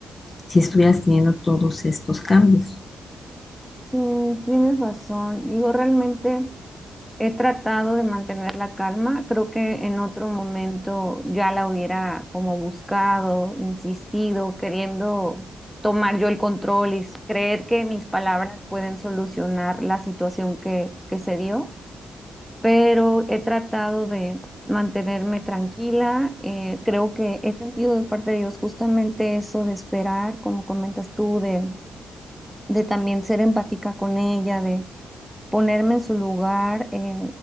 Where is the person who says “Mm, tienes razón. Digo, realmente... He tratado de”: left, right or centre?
Centre